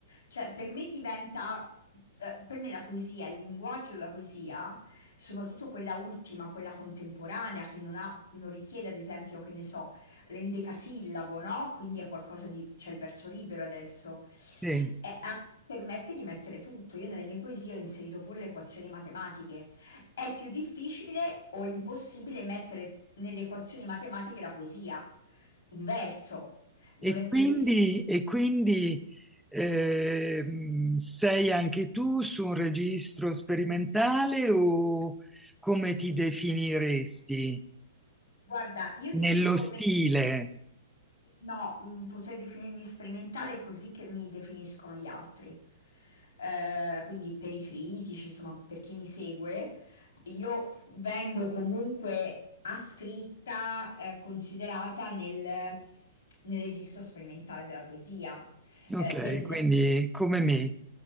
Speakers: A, on the left; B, in the centre.
A: Cioè, per me diventa, eh, per me la poesia, il linguaggio della poesia, soprattutto quella ultima, quella contemporanea, che non ha, non richiede, ad esempio, che ne so, l'endecasillabo, no? Quindi è qualcosa di, c'è il verso libero adesso,
B: Sì.
A: e ha- permette di mettere tutto. Io nelle mie poesie ho inserito pure le equazioni matematiche. È più difficile o impossibile mettere nelle equazioni matematiche la poesia, un verso. Non
B: E
A: è
B: quindi,
A: previsto.
B: e quindi ehm, sei anche tu su un registro sperimentale o come ti definiresti?
A: Guarda, io
B: Nello
A: ti dico come...
B: stile,
A: No, mh, potrei definirmi sperimentale così che mi definiscono gli altri. Eh, quindi per i critici, insomma, per chi mi segue, io vengo comunque ascritta, eh, considerata nel, nel registro sperimentale della poesia.
B: ok,
A: Eh, io, ad esempio,
B: quindi come me,